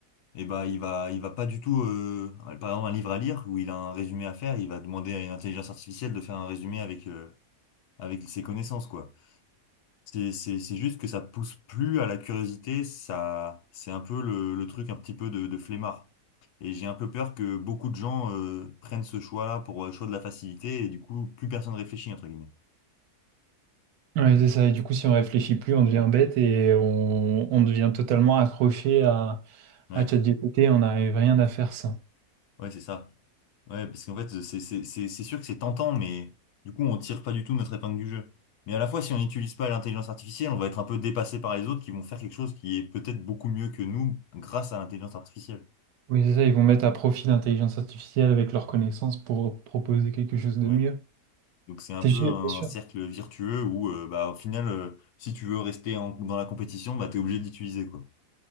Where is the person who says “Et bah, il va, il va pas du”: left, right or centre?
Left